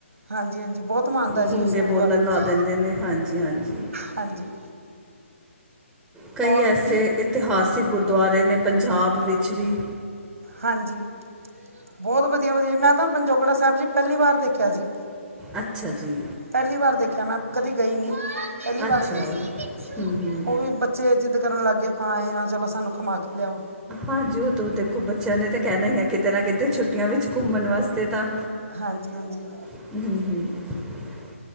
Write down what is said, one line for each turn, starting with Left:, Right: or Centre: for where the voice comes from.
Right: ਹਾਂਜੀ ਹਾਂਜੀ ਬਹੁਤ ਮਾਨਤਾ ਜੀ
Centre: ਗੂੰਗੇ
Right: ਉਸ ਗੁਰਦੁਆਰੇ
Centre: ਬੋਲਣ
Right: ਦੀ
Centre: ਲਾ
Right: ਜੀ
Centre: ਦਿੰਦੇ ਨੇ ਹਾਂਜੀ-ਹਾਂਜੀ।
Right: ਹਾਂਜੀ।
Centre: ਕਈ
Right: ਔਰ
Centre: ਐਸੇ
Right: ਕੀ
Centre: ਇਤਿਹਾਸਿਕ ਗੁਰਦੁਆਰੇ ਨੇ ਪੰਜਾਬ ਵਿੱਚ ਵੀ
Right: ਹਾਂਜੀ, ਬਹੁਤ ਵਧੀਆ ਵਧੀਆ ਮੈਂ ਤਾਂ ਪੰਜੋਕੜਾ ਸਾਹਿਬ ਜੀ ਪੈਲੀ ਵਾਰ ਦੇਖਿਆ ਸੀ।
Centre: ਅੱਛਾ ਜੀ।
Right: ਪੈਲੀ ਵਾਰ ਦੇਖਿਆ ਮੈਂ ਕਦੀ ਗਈ ਨੀ, ਪੈਲੀ ਵਾਰ
Centre: ਅੱਛਾ
Right: ਗਈ ਸੀ,
Centre: ਹੂੰ ਹੂੰ
Right: ਓ ਵੀ ਬ ਚੇ ਜਿੱਦ ਕਰਨ ਲੱਗ ਗਏ ਆਪਾਂ ਆਏ ਆਂ ਚਲੋ ਸਾਨੂੰ ਘੁਮਾ ਕੇ ਲਿਆਓ।
Centre: ਹਾਂਜੀ ਓ ਤੋ ਦੇਖੋ ਬੱਚਿਆਂ ਨੇ ਤਾਂ ਕੈਂਣਾ ਈ ਐ ਕਿਤੇ ਨਾ ਕਿਤੇ ਛੁੱਟੀਆਂ ਵਿੱਚ ਘੁੰਮਣ ਵਾਸਤੇ ਤਾਂ।
Right: ਹਾਂਜੀ-ਹਾਂਜੀ।
Centre: <inaudible>